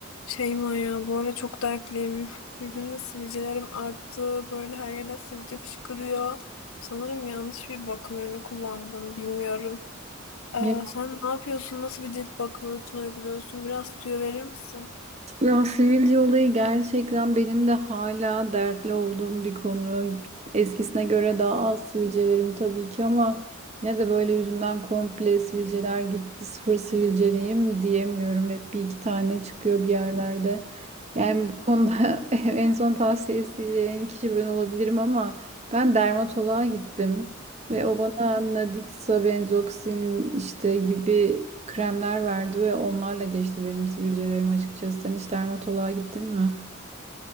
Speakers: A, on the left; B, on the right.
A: Şeyma ya bu ara çok dertliyim. Yüzümde sivilcelerim arttı. Böyle her yerden sivilce fışkırıyor. Sanırım yanlış bir bakım ürünü kullandım. Bilmiyorum. Ee,
B: Ya,
A: sen ne yapıyorsun? Nasıl bir cilt bakım rutini uyguluyorsun? Biraz tüyo verir misin?
B: ya sivilce olayı gerçekten benim de hala dertli olduğum bir konu. Eskisine göre daha az sivilcelerim tabii ki ama ne de böyle yüzümden komple sivilceler gitti, sıfır sivilceliyim diyemiyorum. Hep bir iki tane çıkıyor bir yerlerde. Yani bu konuda <laughs> en son tavsiye isteyeceğin kişi ben olabilirim ama ben dermatoloğa gittim. Ve o bana Nadixa, Benzoxin işte gibi kremler verdi ve onlarla geçti benim sivilcelerim açıkçası. Sen hiç dermatoloğa gittin mi?